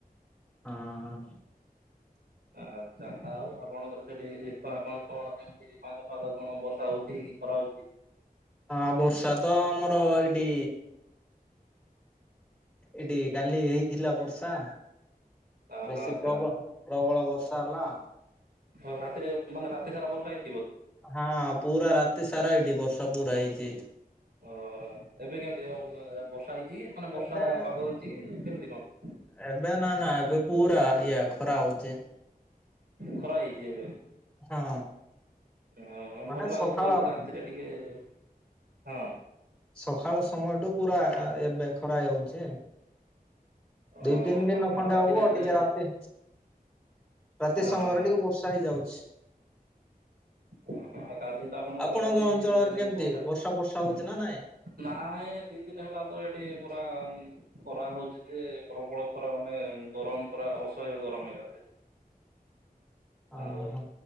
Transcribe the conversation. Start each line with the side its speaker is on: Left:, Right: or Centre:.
Centre: ହଁ ହଁ।
Right: ଆଛା ଆଉ ଆପଣଙ୍କର ସେଠି କଣ <unintelligible> ବର୍ଷା ହଉଛି କି କଣ? ହଉଛି।
Centre: ହଁ ବର୍ଷା ତ ଆମର ଏଇଠି ଏଠି କାଲି ହେଇଥିଲା ବର୍ଷା
Right: ଓହୋ
Centre: ବେଶୀ
Right: ଆଚ୍ଛା
Centre: ପ୍ରବ
Right: ଆଚ୍ଛା
Centre: ପ୍ରବଳ ବର୍ଷା ହେଲା।
Right: ହଁ ରାତିରେ ମାନେ ରାତି ସାରା ବର୍ଷା ହେ
Centre: ହଁ ପୁରା ରାତି ସାରା ଏଇଠି ବର୍ଷା ପୁରା ହେଇଛି।
Right: ଓ-ଓ-ଓ ଏବେ କେମିତି ଉ-ମ-ମ ବର୍ଷା ହେଇଛି ମାନେ ବର୍ଷା
Centre: ଏବେ
Right: ପାଗ ହେଇଛି କେମିତି କଣ?
Centre: ଏବେ ନା ନା ଏବେ ପୁରା ଇଏ ଖରା ହଉଛି।
Right: ଖରା ହେଇଛି ଏଵେ।
Centre: ହଁ
Right: ହଁ ହଁ
Centre: ମାନେ
Right: ଭଲ ଲାଗୁଥିବ
Centre: ସକାଳ
Right: ହେଲେ ରାତିରେ ଟିକେ-ଏ-ଏ-ଏ, ହଁ
Centre: ସକାଳ ସମୟଠୁ ପୁରା-ଆ-ଆ ଏବେ ଖରା ହେଇଯାଉଛି।
Right: ଓ
Centre: ଦି ତିନ ଦିନ
Right: ହଁ
Centre: ଖଣ୍ଡେ
Right: ରାତିରେ
Centre: ହବ
Right: ହେଲେ
Centre: ଟିକେ ରାତି ରାତି
Right: ହଁ
Centre: ସମୟରେ
Right: ହଁ ହଁ
Centre: ଟିକେ ବର୍ଷା ହେଇଯାଉଛି।
Right: ଓ ହ ତାହେଲେ ତ ଆପଣଙ୍କର
Centre: ଆପଣଙ୍କ
Right: ରାତି
Centre: ଅଞ୍ଚଳରେ
Right: ଏ
Centre: କେମିତି
Right: ବର୍ଷା ହେ
Centre: ବର୍ଷା ହଉଛି ନା ନାଇଁ?
Right: ନାଇଁ ଦି ଦିନ ହେଲା ତ ଏଠି ପୁରା ଖରା ହଉଛି ଯେ ପ୍ରବଳ ଖରା ମାନେ ଗରମ ପୁରା ଅସହ୍ୟ ଗରମ ଏକାଥରେ।
Centre: ଓହୋ
Right: ଆଉ
Centre: ହଁ